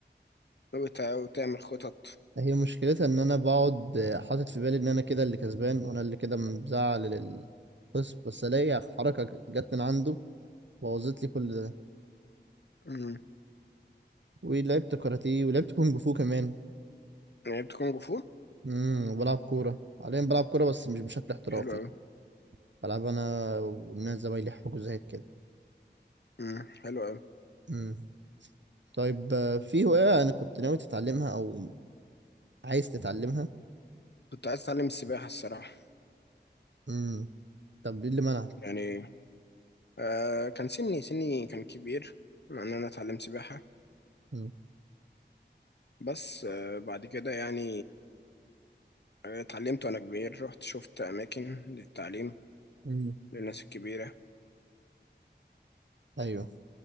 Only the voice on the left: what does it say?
وت- وتعمل خطط
امم
لعبت كونج فو
حلو قوي
امم حلو قوي
كنت عايز اتعلم السباحة الصراحة
يعني آه كان سني سني كان كبير ان انا اتعلم سباحة
بس آه بعد كده يعني آه، اتعلمت وانا كبير رحت شفت اماكن للتعليم
للناس الكبيرة